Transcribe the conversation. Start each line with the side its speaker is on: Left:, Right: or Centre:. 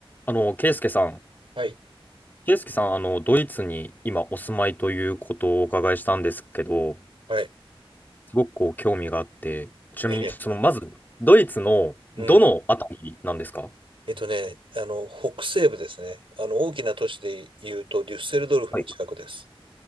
Left: あの、ケイスケさん、
Right: はい。
Left: ケイスケさん、あの、ドイツに今お住まいということをお伺いしたんですけど、
Right: はい。
Left: すごくこう興味があって、ちなみに、
Right: ええ。
Left: その、まず、ドイツのどのあたりなんですか
Right: うん。えっとね、あの、北西部ですね。あの、大きな都市で言うと、デュッセルドルフの近くです。
Left: はい。